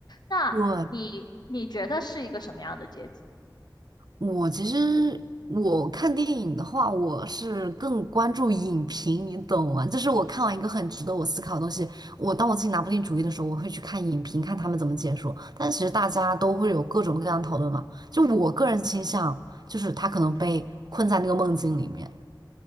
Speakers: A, on the left; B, on the right.
A: 那你你觉得是一个什么样的结局？
B: 对，我其实我看电影的话，我是更关注影评，你懂吗？就是我看完一个很值得我思考的东西，我当我自己拿不定主意的时候，我会去看影评，看他们怎么解说。但其实大家都会有各种各样的讨论嘛，就我个人倾向，就是他可能被困在那个梦境里面。